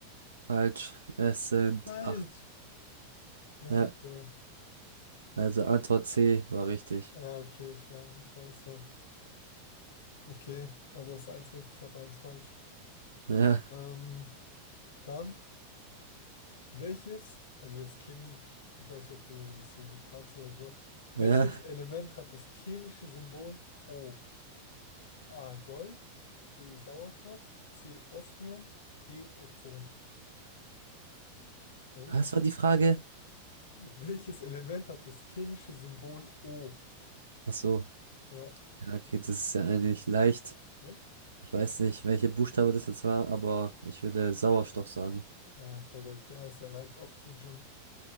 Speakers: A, on the right; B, on the left.
A: Falsch. Es sind
B: Falsch!
A: acht.
B: Scheiße.
A: Ja, also Antwort C war richtig.
B: Ja, okay, sche scheiße. Okay, also hast du eins richtig, ich habe eins falsch.
A: Ja,
B: Ähm, dann, welches, also jetzt Chemie, ich weiß nicht, ob du das so gut kannst oder so. Welches
A: ja.
B: Ja. Element hat das chemische Symbol O? A. Gold, B. Sauerstoff, C. Osmium, D. Ozon. Oh,
A: Was
B: sh-
A: war die Frage?
B: welches Element hat das chemische Symbol O?
A: Ach so.
B: Ja,
A: Ja, okay, das ist ja eigentlich leicht.
B: echt?
A: Ich weiß nicht, welche Buchstabe das jetzt war, aber ich würde Sauerstoff sagen.
B: Ja, korrekt. Ja, ist ja leicht Oxygen.